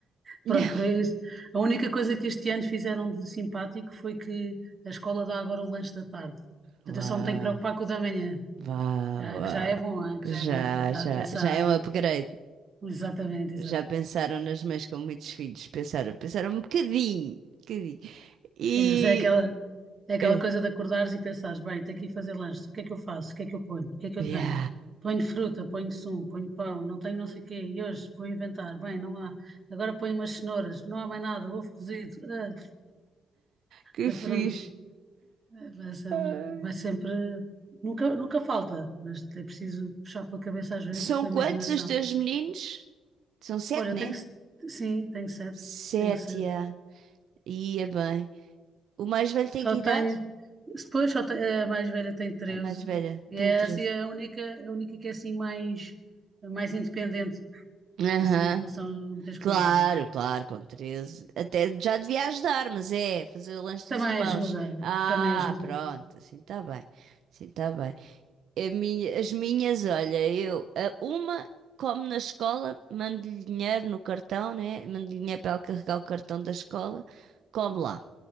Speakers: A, on the right; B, on the right.
A: <laughs>
B: Pronto, por isso. A única coisa que este ano fizeram de simpático foi que a escola dá agora o lanche da tarde. Portanto,
A: Vá,
B: eu só me tenho que preocupar com o da manhã,
A: vá,
B: já,
A: vá.
B: que já é bom, ah, que
A: Já,
B: já é bom, não tenho que
A: já,
B: estar a pensar
A: já é
B: em.
A: um upgrade.
B: Exatamente, exatamente.
A: Já pensaram nas mães com muitos filhos. Pensaram, pensaram um bocadinho, um bocadinho. E.
B: Sim, mas é aquela, é aquela
A: eh,
B: coisa de acordares e pensares, bem, tenho que ir fazer lanche, o que é que eu faço? O que é que eu ponho? O que é que eu
A: Ya,
B: tenho? Ponho fruta, ponho sumo, ponho pão, não tenho não sei o quê, e hoje vou inventar, bem, não há. Agora ponho umas cenouras, não há mais nada, ovo cozido, <laughs> ah,
A: que
B: mas
A: fixe.
B: pronto, eh, vai sempre,
A: Ai.
B: vai sempre, nunca, nunca falta, mas é preciso puxar pela cabeça às vezes,
A: São
B: pela
A: quantos
B: imaginação.
A: os teus meninos? São sete,
B: Olha, eu
A: né?
B: tenho, se- sim, tenho sete,
A: Sete,
B: tenho sete.
A: ya. Ia bem. O mais velho tem
B: Só
A: que
B: tem.
A: idade?
B: Depois só tem- a mais velha tem 13
A: A mais velha
B: e
A: tem
B: é
A: treze,
B: assim a única, a única que é assim mais, mais independente,
A: Aham.
B: assim em relação a muitas coisas,
A: Claro,
B: não é?
A: claro, com 13 Até já devia ajudar, mas é fazer o lanche
B: Também
A: dos irmãos.
B: ajuda,
A: Ah,
B: também ajuda.
A: pronto, assim está bem. Assim está bem. A minha- as minhas, olha, eu, a uma como na escola, mando-lhe dinheiro no cartão, né? Mando-lhe dinheiro para ela carregar o cartão da escola, come lá.